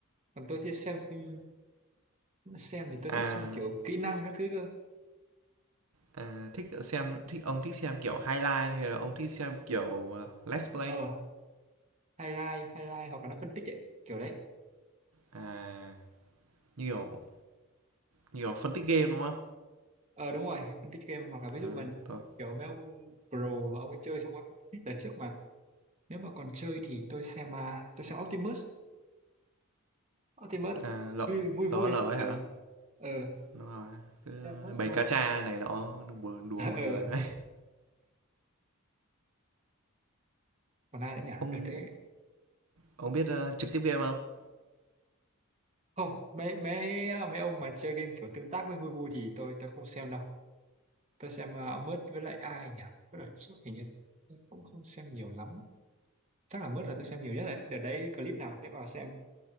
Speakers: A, on the right; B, on the right.
A: Còn tôi thì xem phim xem thì tôi
B: à,
A: thích xem kiểu kỹ năng các thứ cơ.
B: à, thích xem thích ông thích xem, kiểu, highlight hay là ông thích xem, kiểu, ờ, let's play?
A: Ờ, highlight, highlight hoặc là nó phân tích ấy, kiểu đấy.
B: À, như kiểu như kiểu phân tích game, đúng không?
A: Ờ đúng rồi, phân tích game hoặc là ví dụ
B: Ờ,
A: mình
B: tôi
A: kiểu mấy ông pro mà ông ấy chơi xong rồi phân tích đợt trước mà. Nếu mà còn chơi thì tôi xem uh, tôi xem Optimus. Optimus
B: à, L
A: vui vui. vui.
B: LOL ấy
A: Ờ
B: hả?
A: ờ
B: Đúng
A: xem
B: cứ
A: Optimus
B: bầy
A: thôi.
B: cá tra này nó đùa đùa
A: <laughs> Ờ
B: buồn
A: ờ,
B: cười vãi.
A: còn ai nữa nhỉ?
B: Ông
A: Đợt đấy
B: Ông biết ờ, trực tiếp game không?
A: không mấy mấy à, mấy ông mà chơi game kiểu tương tác với vui vui thì tôi tôi không xem đâu tôi xem uh, ông Mớt với lại ai nhỉ với lại trước hình như tôi cũng không xem nhiều lắm chắc là Mớt là tôi xem nhiều nhất đấy đợt đấy clip nào để vào xem